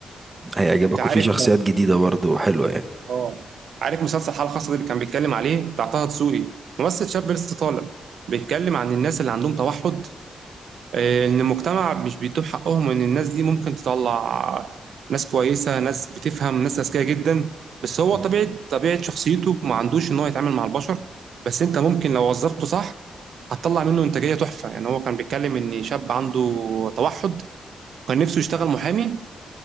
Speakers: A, on the right; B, on the right.
A: هيعجبك
B: انت عارف
A: وفي شخصيات جديدة برضه حلوة يعني
B: اه عارف مسلسل الحاله الخاصه ده اللي كان بيتكلم عليه بتاع طه دسوقي ممثل شاب لسه طالع بيتكلم عن الناس اللي عندهم توحد آه، ان المجتمع مش بيتوب حقهم ان الناس دي ممكن تطلع ناس كويسه ناس بتفهم ناس اذكياء جدا بس هو
A: مم.
B: طبيعه طبيعه شخصيته ما عندوش ان هو يتعامل مع البشر بس انت ممكن لو وظفته صح هتطلع منه انتاجيه تحفه يعني هو كان بيتكلم ان شاب عنده توحد كان نفسه يشتغل محامي